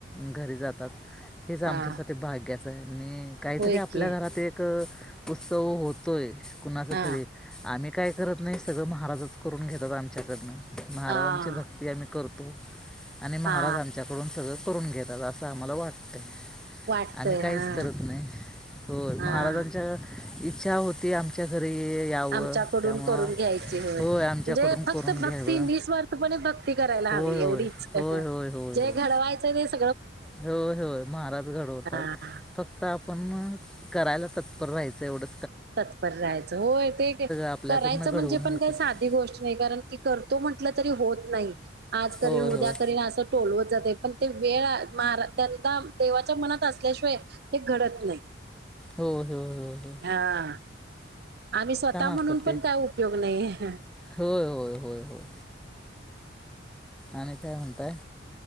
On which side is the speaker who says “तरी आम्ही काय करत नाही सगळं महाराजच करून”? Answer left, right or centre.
Centre